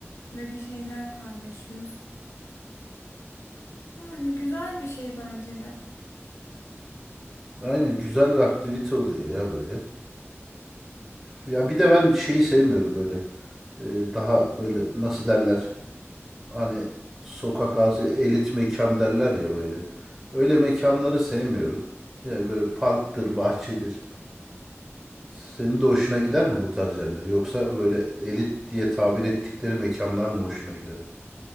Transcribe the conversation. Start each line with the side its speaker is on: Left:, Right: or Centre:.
Left: ve bir şeyler paylaşıyorsun. Yani güzel bir şey bence de.
Centre: Aynen güzel bir aktivite oluyor ya böyle. Ee, ya bir de ben şeyi sevmiyorum böyle. Ee, daha böyle nasıl derler? Hani sokak ağzı elit mekan derler ya böyle. Öyle mekanları sevmiyorum. Yani böyle parktır, bahçedir. Senin de hoşuna gider mi bu tarz yerler? Yoksa böyle elit diye tabir ettikleri mekanlar mı hoşuna gider?